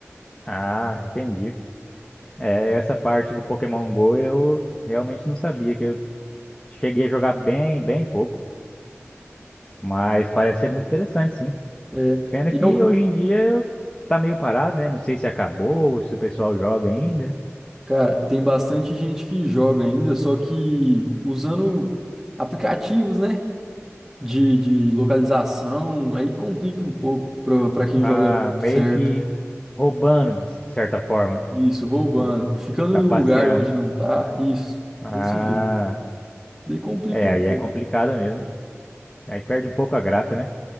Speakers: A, on the left (about 20°); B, in the centre.
A: Ah, entendi. É, essa parte do Pokémon Go eu realmente não sabia, que eu cheguei a jogar bem, bem pouco. Mas parece ser muito interessante, sim.
B: É,
A: Pena
B: e
A: que
B: é o
A: hoje em dia eu- tá meio parado, né? Não sei se acabou, se o pessoal joga ainda.
B: cara, tem bastante gente que joga ainda, só que usando aplicativos, né, de, de localização, aí complica um pouco pra, pra quem
A: Ah,
B: joga
A: meio
B: certo.
A: que roubando, de certa forma.
B: Isso, roubando,
A: Tipo,
B: ficando
A: trapaceando.
B: no lugar onde não tá, isso,
A: Ah,
B: desse jeito. Daí complica
A: é,
B: um
A: aí
B: pouco,
A: é complicado mesmo. Aí perde um pouco a graça, né?